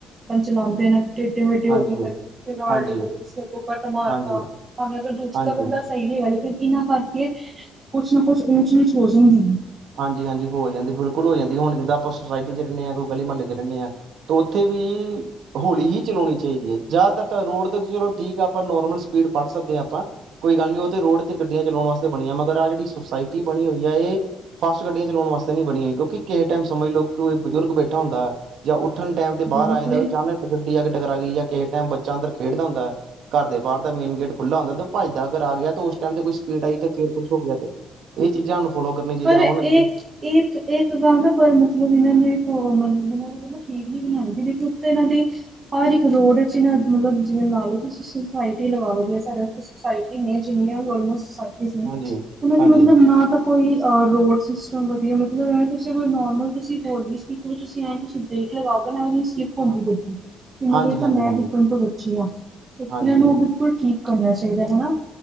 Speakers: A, on the right; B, on the right.
A: ਚਲਾਉਂਦੇ ਨੇ ਟੇਡੇ ਮੇਡੇ ਹੋ
B: ਹਾਂਜੀ
A: ਕੇ ਕਦੇ-ਕਦੇ
B: ਹਾਂਜੀ
A: ਕਿਸੇ ਕੱਟ ਮਾਰਤਾ
B: ਹਾਂਜੀ
A: ਭਾਵੇਂ ਅਗਰ ਦੂਜਾ
B: ਹਾਂਜੀ
A: ਬੰਦਾ, ਸਹੀ ਗਲ ਲੇਕਿਨ ਇਹਨਾਂ ਕਰਕੇ ਕੁਛ ਨਾ ਕੁਛ ਉਚ ਨੀਚ ਹੋ ਜਾਂਦੀ ਹੈ।
B: ਹਾਂਜੀ ਹਾਂਜੀ ਹੋ ਜਾਂਦੀ ਬਿਲਕੁਲ ਹੋ ਜਾਂਦੀ ਹੁਨ ਜਿਦਾ ਆਪਾ ਸੁਸਾਇਟੀ ਚ ਰਹਦੇ ਹਾਂ ਕੋਈ ਗਲੀ ਮੋਹਲੇ ਰਹਿੰਦੇ ਹਾਂ ਉੱਥੇ ਵੀ ਹੋਲੀ ਹੀ ਚਲਾਉਣੀ ਚਾਹੀਦੀ ਹੈ ਜ਼ਿਆਦਾਤਰ ਤਾਂ ਰੋਡ ਦੇ ਚਲੋ ਠੀਕ ਆ ਆਪਾਂ ਨੋਰਮਲ ਸਪੀਡ ਫੜ ਸਕਦੇ ਹਾਂ ਆਪਾਂ ਕੋਈ ਗੱਲ ਨਹੀਂ ਉਹ ਤੇ ਰੋਡ ਤੇ ਗੱਡੀਆਂ ਚਲਾਉਣ ਵਾਸਤੇ ਬਣੀਆਂ ਮਗਰ ਆਹ ਜਿਹੜੀ ਸੁੋਸਾਇਟੀ ਬਣੀ ਹੋਈ ਹੈ ਇਹ ਫਾਸਟ ਗੱਡੀਆਂ ਚਲਾਉਣ ਵਾਸਤੇ ਨਹੀਂ ਬਣੀ ਹੌਈ ਕਿਉਂਕਿ ਕਿਸੇ ਟਾਈਮ ਸਮਝ ਲਓ ਕੋਈ ਬਜ਼ੁਰਗ ਬੈਠਾ ਹੁੰਦਾ ਹੈ। ਜਾਂ ਉੱਠਣ ਟਾਈਮ ਤੇ
A: ਬਿਲਕੁਲ
B: ਬਾਹਰ ਆ ਜਾਂਦਾ ਚੰ ਗੱਡੀ ਅੱਗ ਤਕਰਾ ਗਈ ਜਾਂ ਕਿਸੇ ਟਾਈਮ ਬੱਚਾ ਅੰਦਰ ਖੇਡਦਾ ਹੁੰਦਾ ਹੈ ਘਰ ਦੇ ਬਾਹਰ ਦਾ ਮੇਨ ਗੇਟ ਖੁੱਲਾ ਹੁੰਦਾ ਤੇ ਭੱਜ ਦਾ ਅਗਰ ਆ ਗਿਆ ਤੇ ਉਸ ਟਾਈਮ ਤੇ ਕੋਈ ਸਪੀਡ ਆਈ ਤੇ ਫੇਰ ਕੁਛ ਹੋ ਗਿਆ ਤੇ ਇਹ ਚੀਜ਼ਾਂ ਨੂੰ ਫੋਲੋ ਕਰਨੀ ਚਾਹੀਦੀਆਂ
A: ਪਰ ਇੱਕ,
B: ਹੁਣ
A: ਇੱਕ, ਇੱਕ ਗੱਲ ਨਾ ਪਰ ਮਤਲਬ ਇਹਨਾਂ ਨੇ ਮਤਲਬ ਇਹਨਾਂ ਨੂੰ ਉਹ ਠੀਕ ਨਈ ਬਣਾਉਣਾ ਜਹਦੇ ਕਿ ਉੱਤੇ ਇਹਨਾਂ ਦੀ ਹਰ ਇੱਕ ਰੋਡ ਚ ਇਹ ਨਾ ਮਤਲਬ ਜਿਵੇਂ ਲਾ ਲਓ ਤੁਸੀਂ ਸੁੋਸਾਇਟੀ ਲਗਾ ਲਓ ਜ ਸਾਡੇੱ ਸਸਾਇਟੀ ਨੇ ਜਿੰਨੀਆਂ ਵੀ ਆਲਮੋਸਟ ਨੇ
B: ਹਾਂਜੀ,
A: ਉਹਨਾਂ
B: ਹਾਂਜੀ,
A: ਦੇ ਮਤਲਬ ਨਾ ਤਾਂ ਕੋਈ ਅ ਰੋਡ ਸਿਸਟਮ ਵਧੀਆ ਮਤਲਬ ਐਂ ਤੁਸੀਂ ਨੋਰਮਲ ਤੁਸੀਂ ਹੋਰਲੀ ਸਪੀਕ ਹੋ ਤੁਸੀਂ ਐਂ ਤੁਸੀਂ ਬ੍ਰੇਕ ਲਗਾਓਗਾ ਨਾ <unintelligible> ਸਲਿਪ ਦੀ <unintelligible>
B: ਹਾਂ-
A: ਗੱਡੀ ਏਨੀ ਨੂੰ
B: ਹਾਂਜੀ,
A: ਵਾਰੀ ਤਾਂ
B: ਹਾਂਜੀ,
A: ਮੈਂ
B: ਹਾਂਜੀ,
A: ਡਿੱਬਣ ਤੋਂ ਬਚੀ ਆ <unintelligible> ਤੇ ਇਹਨਾਂ
B: ਹਾਂਜੀ।
A: ਨੂੰ ਬਿਲੁਲ <unintelligible> ਠੀਕ ਕਰਨਾ ਚਾਹੀਦਾ ਹਨਾ